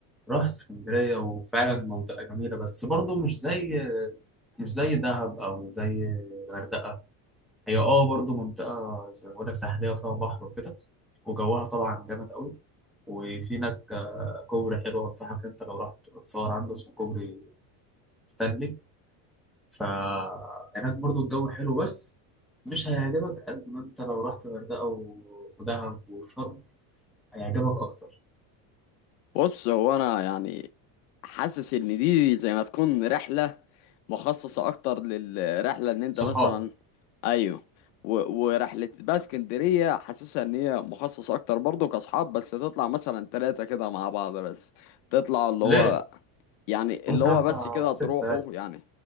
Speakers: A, in the centre; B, on the left (about 80°).
A: رحت اسكندريه وفعلا منطقه جميله بس برضه مش زي مش زي دهب او زي الغردقه هي اه برضو منطقه زي ما بقول لك ساحليه وفيها بحر وكده وجوها طبعا جامد قوي وفي هناك آه، كوبري حلو انصحك انت لو رحت تصور عنده اسمه كوبري ستانلي فهناك برضو الجو حلو بس مش هيعجبك قد ما انت لو رحت الغردقه و- ودهب وشرم هيعجبك اكتر
B: بص هو انا يعني حاسس ان دي زي ما تكون رحله مخصصه اكتر للرحله ان انت
A: صحاب
B: مثلا ايوه و- ورحله بقى اسكندريه حاسسها ان هي مخصصه اكتر برضه كاصحاب بس تطلع مثلا ثلاثه كده مع بعض بس تطلع اللي
A: ليه
B: هو يعني
A: ممكن
B: اللي هو
A: اطلع
B: بس كده
A: ستة
B: تروحوا
A: عادي
B: يعني